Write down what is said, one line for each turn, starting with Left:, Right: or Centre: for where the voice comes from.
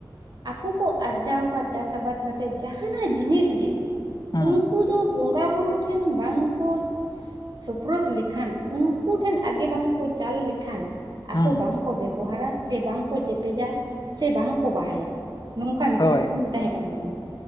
Right: ᱟᱠᱚ ᱠᱚ ᱟᱨᱡᱟᱣ ᱟᱠᱟᱜ ᱪᱟᱥ ᱟᱵᱟᱫ ᱠᱟᱛᱮᱜ ᱡᱟᱦᱟᱱᱟᱜ ᱡᱤᱱᱤᱥ ᱜᱮ
Left: ᱦᱩᱸ
Right: ᱾ᱩᱱ ᱠᱚ ᱵᱚᱸᱜᱟ ᱵᱩᱨᱩ ᱴᱷᱮᱱ ᱵᱟᱝᱠᱚ ᱥᱩᱯᱨᱫ ᱞᱮᱠᱷᱟᱱ ᱩᱱᱠᱩ ᱴᱷᱮᱱ ᱟᱜᱮ ᱵᱟᱝᱠᱚ ᱪᱟᱞ ᱞᱮᱠᱷᱟᱱ
Left: ᱦᱩᱸ
Right: ᱟᱠᱚ ᱵᱟᱝᱠᱚ ᱵᱮᱵᱚᱦᱟᱨᱟ ᱥᱮ ᱵᱟᱝᱠᱚ ᱪᱮᱯᱮᱡᱟ, ᱥᱮ ᱵᱟᱝ ᱠᱚ ᱵᱟᱦᱟᱭᱟ ᱱᱚᱝᱠᱟ ᱢᱤᱫᱴᱤᱡᱧ
Left: ᱦᱳᱭ
Right: ᱛᱟᱦᱮᱸ ᱠᱟᱱ ᱛᱟᱵᱚᱱᱟ